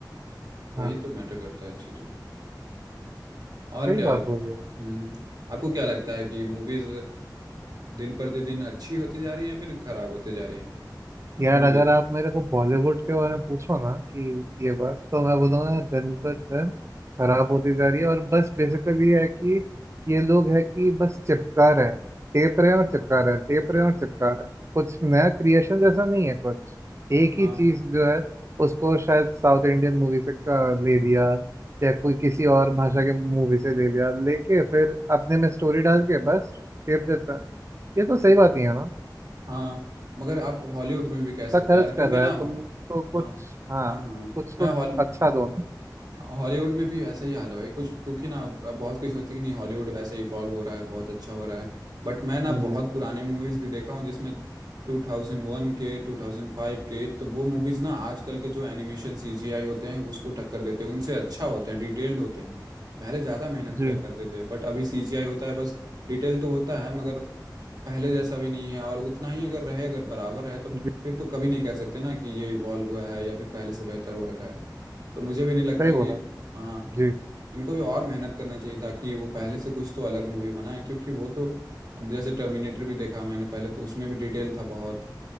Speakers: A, on the right; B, on the right.
A: वही
B: हाँ
A: तो मैटर करता है चीजें और
B: सही
A: क्या
B: बात
A: हम्म
B: बोल रहे हो
A: आपको क्या लगता है कि मूवीज दिन प्रतिदिन अच्छी होती जा रही है या फिर खराब होती जा रही है
B: यार
A: मूवी
B: अगर आप मेरे को बॉलीवुड के बारे में पूछो ना कि ये बात तो मैं बोलूँगा दिन पर दिन खराब होती जा रही है और बस बेसिकली है कि ये लोग है कि बस चिपका रहे हैं टेप रहे हैं और चिपका रहे हैं टेप रहे हैं और चिपका रहे हैं कुछ नया क्रिएशन जैसा नहीं है कुछ एक
A: हाँ
B: ही चीज जो है उसको शायद साउथ इंडियन मूवी से का ले लिया या कोई किसी और भाषा के मूवी से ले लिया लेके फिर अपने में स्टोरी डाल के बस टेप देता है ये तो सही बात नहीं है ना
A: हाँ मगर आप हॉलीवुड में भी कह
B: इतना
A: सकते
B: खर्च
A: हैं यार क्योंकि
B: कर रहा
A: ना
B: है
A: हाँ
B: तुम तो कुछ
A: हाँ
B: हाँ
A: हाँ हाँ।
B: कुछ
A: मैं
B: तो
A: हॉल
B: अच्छा दो ना
A: हॉलीवुड में भी ऐसा ही हाल है भाई कुछ क्योंकि ना अब बहुत कोई सोचते हैं कि नहीं हॉलीवुड ऐसे इवॉल्व हो रहा है बहुत अच्छा हो रहा है बट मैं ना
B: जी
A: बहुत पुराने मूवीज भी देखा हूँ जिसमें 2001 के 2005 के तो वो मूवीज ना आजकल के जो एनिमेशन सीजीआई होते हैं उसको टक्कर देते हैं उनसे अच्छा होते हैं डिटेल्ड होते हैं पहले ज्यादा मेहनत
B: जी
A: किया करते थे बट अभी सीजीआई होता है बस डिटेल तो होता है मगर पहले जैसा भी नहीं है और उतना ही अगर रहे अगर बराबर रहे तो
B: जी
A: फिर
B: जी,
A: तो कभी नहीं कह सकते ना कि ये इवॉल्व हुआ है या फिर पहले से बेहतर हो रखा है तो मुझे भी नहीं लगता
B: सही बोला
A: कि हाँ
B: जी
A: इनको भी और मेहनत करना चाहिए ताकि वो पहले से कुछ तो अलग मूवी बनाए क्योंकि वो तो अब जैसे टर्मिनेटर भी देखा मैंने पहले तो उसमें भी डिटेल था बहुत